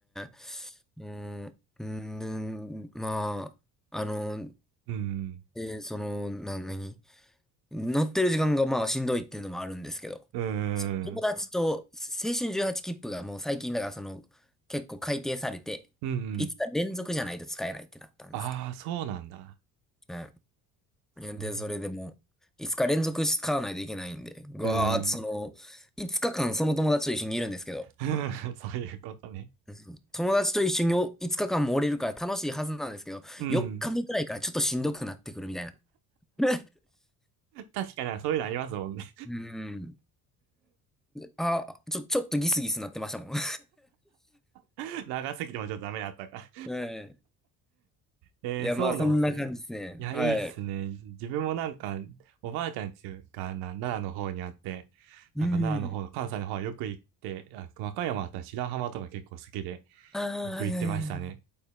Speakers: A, in the centre; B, on the right (about 85°).
A: すね。うーん、うーん、まあ、あの、
B: うん。
A: えーその、な、何乗ってる時間がまあしんどいっていうのもあるんですけど、
B: うーん。
A: そう友達と青春18切符がもう最近だからその結構改定されて、
B: うん。
A: 5日連続じゃないと使えないってなったんですけ
B: ああ、そうなんだ。
A: ど。うん。
B: そうね。
A: で、それでも5日連続使わないといけないんで、ぐわーっとその5日間その友達と一緒にいるんですけど、
B: うん。<laughs> そういうことね。
A: うん友達と一緒に5日間もおれるから楽しいはずなんですけど、
B: うん。
A: 4日目くらいからちょっとしんどくなってくるみたいな。<laughs>
B: 確かになんかそういうのありますもんね。
A: うん。うんあ、ちょ、ちょっとギスギスなってましたもん。<laughs> は
B: <laughs> 長すぎてもちょっとダメだったか。
A: い。
B: えー、
A: いや、
B: そうなんですね。
A: まあ、そんな感じですね。
B: いや、
A: はい。
B: いいっすね。自分もなんか、おばあちゃんちがな奈良の方にあって、
A: うん。
B: なんか奈良の方、関西の方はよく行って、あ、和歌山あったら白浜とか結構好きで、
A: ああ、
B: よく行ってましたね。
A: いやいやいや。